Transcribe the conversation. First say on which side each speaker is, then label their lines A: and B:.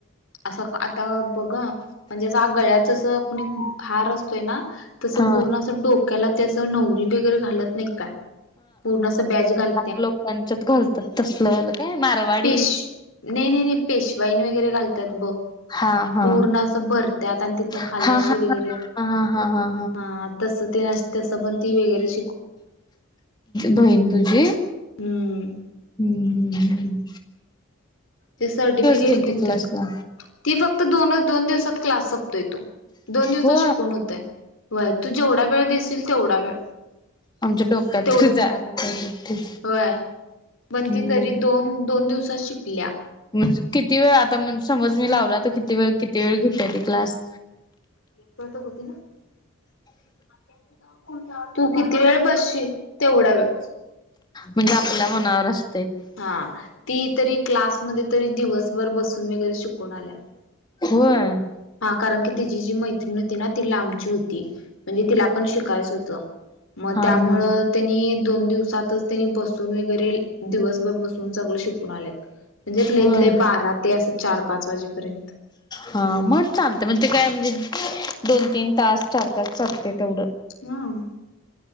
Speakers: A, on the left (about 65°); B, on the left (about 20°).
A: असं आता बघा म्हणजे अस गळ्यात जसं कुणी हार असतोय ना तसं
B: हा
A: पूर्ण अस डोक्याला ते नवरी वगरे घालत नाइ काय पूर्ण असं बॅज घाल
B: च लोकांच्यात घालतात तसल वालं काय? मारवाडी.
A: पेश नाही नाही नाही पेशवाईन वगैरे घालतात बघ.
B: हा हा
A: पूर्ण असं भरत्यात आणि तिथन खाली
B: हा
A: अशी
B: हा हा हा
A: वगैरे.
B: हा हा हा
A: हा. तसं ते ना तसं पण ती वेगळीच
B: बहीण तुझी?
A: हम्म
B: हम्म हम्म हम्.
A: ते सर्टिफिकेट
B: गेल
A: घेऊन
B: ती क्लासला
A: तर ती फक्त दोनच दोन दिवसात क्लास संपतोय तो. दोन दिवसात
B: हो
A: शिकून होतय. होय. तू जेवढा वेळ दिसील तेवढा वेळ.
B: आमच्या डोक्यात
A: तेवढं
B: जायला पाहिजे ते.
A: व्हय पण ती
B: मग
A: तरी दोन दोन दिवसात शिकल्या.
B: म्हणजे किती वेळ? आता समज मी लावला तर किती वेळ किती वेळ घेत्या ती क्लास?
A: <unintelligible> तू किती वेळ बसशील तेवढा वेळ.
B: म्हणजे आपल्या मनावरच
A: हा. ती तरी क्लासमध्ये तरी दिवसभर बसून वगैरे शिकून आल्या.
B: होय.
A: हा कारण की तिची जी मैत्रिण होती ना ती लांबची होती, म्हणजे तिला पण शिकायचं होतं. मग
B: हा
A: त्यामुळं
B: हा
A: त्यांनी दोन दिवसातच त्यांनी बसून वगैरे दिवसभर बसून सगळ शिकून आल्यात. म्हणजे लईत्
B: होय
A: लई बारा ते असं चार पाच वाजेपर्यंत.
B: हा. मग चालत म्हण ते काय म्हणजे दोन तीन तास चार तास चालतंय तेवढं.
A: हम.